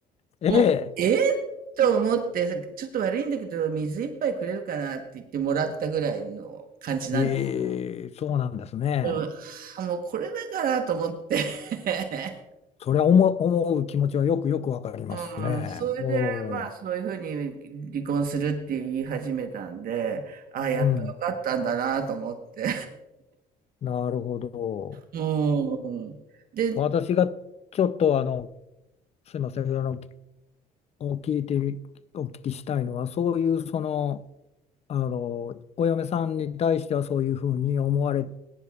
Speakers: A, on the left; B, on the right.
A: え、ええ、
B: もう、えと思って、ちょっと悪いんだけど、水一杯くれるかなって言ってもらったぐらいの感じなんです。
A: ええ、そうなんですね。
B: うんあ、もうこれだからと思って。<laughs>
A: それは思う、思う気持ちはよくよくわかりますね。
B: うん、それで、
A: お
B: まあ、
A: お、
B: そういうふうに離婚するって言い始めたんで、ああ、やっとよかったんだなと思って。
A: うん。なるほど。
B: うん。で、うん。
A: 私がちょっとあの、すいません、あの、お聞いてみ、お聞きしたいのは、そういうその、あのお嫁さんに対してはそういうふうに思われ